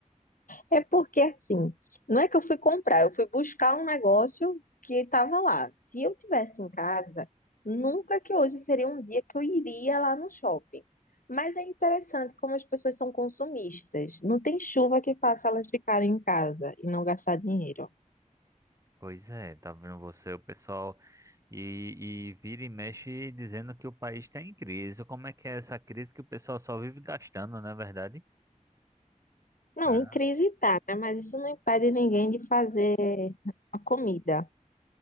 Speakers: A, on the left; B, on the right.
A: é porque assim, não é que eu fui comprar, eu fui buscar um negócio que estava lá. Se eu tivesse em casa, nunca que hoje seria um dia que eu iria lá no shopping. Mas é interessante como as pessoas são consumistas. Não tem chuva que faça elas ficarem em casa e não gastar dinheiro.
B: Pois é, tá vendo você, o pessoal, e, e vira e mexe dizendo que o país tá em crise. Como é que é essa crise que o pessoal só vive gastando, não é verdade?
A: Não,
B: Ah,
A: em crise tá, né? Mas isso não impede ninguém de fazer a comida.